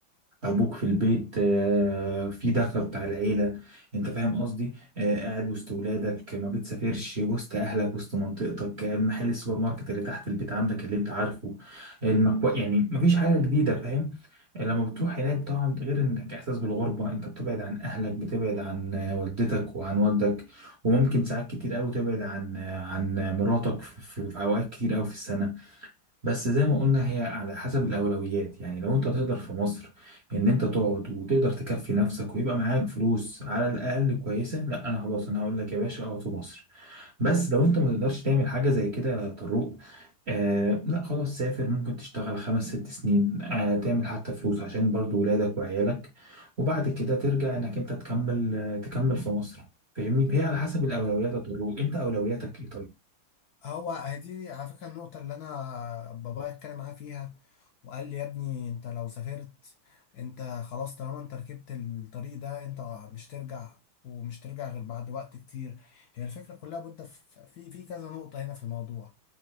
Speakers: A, on the right; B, on the left.
A: ابوك في البيت آه، في دفى بتاع العيله انت فاهم قصدي آه، قاعد وسط ولادك ما بتسافرش وسط اهلك وسط منطقتك آه، محل السوبر ماركت اللي تحت البيت عندك اللي انت عارفه المكو... يعني مفيش حاجه جديده فاهم آه، لما بتروح هناك طبعا غير انك احساس بالغربه انت بتبعد عن اهلك بتبعد عن آه، والدتك وعن والدك وممكن ساعات كتير قوي تبعد عن آه، عن مراتك في في- في اوقات كتير قوي في السنه بس زي ما قلنا هي على حسب الأولويات يعني لو أنت تقدر في مصر إن أنت تقعد وتقدر تكفي نفسك ويبقى معاك فلوس على الأقل كويسة لا أنا خلاص أنا هقول لك يا باشا اقعد في مصر بس لو أنت ما تقدرش تعمل حاجة زي كده يا طروق آه لا خلاص سافر ممكن تشتغل خمس ست سنين آه تعمل حتى فلوس عشان برضو ولادك وعيالك وبعد كده ترجع إنك أنت تكمل آه تكمل في مصر فاهمني هي على حسب الأولويات يا طروق أنت أولوياتك إيه طيب
B: هو هدي على فكرة النقطة اللي أنا بابايا اتكلم معاه فيها وقال لي يا ابني أنت لو سافرت أنت خلاص طالما أنت ركبت الطريق ده أنت مش ترجع ومش ترجع غير بعد وقت كتير هي الفكرة كلها بودة في في في كذا نقطة هنا في الموضوع